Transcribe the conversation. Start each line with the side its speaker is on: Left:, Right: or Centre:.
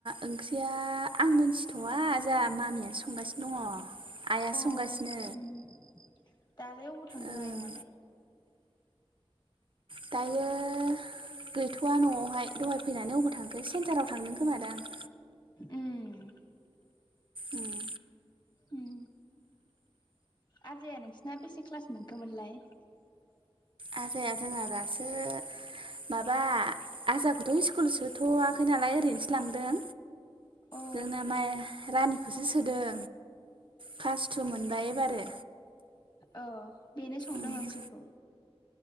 Right: ओंख्रिया आं मोनथिथ'वा जोंहा मामियानो संगासिनो दङ। आइया
Left: अ उम
Right: संगासिनो
Left: दालाय अबाव थांदों
Right: ओं
Left: आयंआालाय।
Right: दायोायो गैथ'वा न'आवहाय दहाय फैनानै अबा थांखो सेन्टाराव थांदों खोमादों दां।
Left: उम
Right: उम
Left: उम आजाया नोंसिना बेसे क्लास मोनखोमोनलाय।
Right: आजाया जोंना दासो माबा आजाखौथ' स्कुल सोथ'वाखै नालाय ओरैनोसो लांदों
Left: अ ओ
Right: जोंना माइ रानिखौसो सोदों। क्लास थु मोनबाय एबारो।
Left: औ बेनो संदों
Right: उम
Left: ओंख्रिखौ।